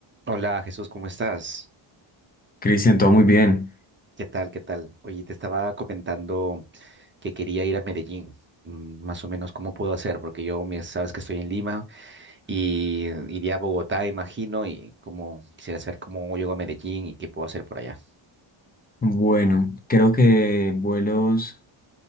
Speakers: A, on the right; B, on the left.
A: Hola Jesús, ¿cómo estás?
B: Cristian, todo muy bien.
A: ¿Qué tal? ¿Qué tal? Oye, te estaba comentando que quería ir a Medellín. Mm, Más o menos, ¿cómo puedo hacer? Porque yo, me- sabes que estoy en Lima y iría a Bogotá, imagino, y como quisiera saber cómo llego a Medellín y qué puedo hacer por allá.
B: Bueno, creo que vuelos